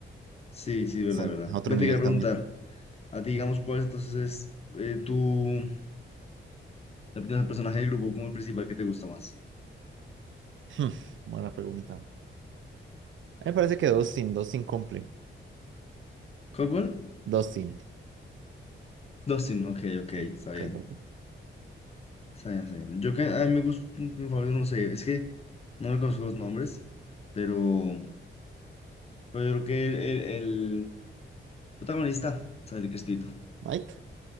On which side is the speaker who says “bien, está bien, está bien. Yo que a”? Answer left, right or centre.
Left